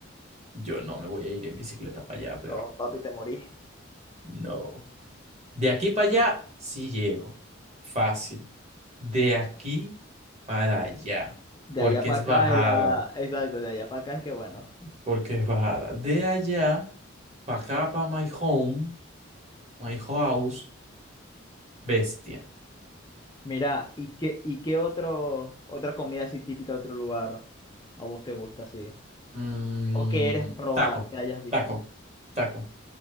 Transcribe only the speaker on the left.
No, papi, te morí.
De
allá para
acá
es la... Exacto, de allá para acá es que bueno.
Mira, ¿y qué, y qué otro, otra comida así típica de otro lugar a vos te gusta así?
¿O que eres probar
que hayas visto?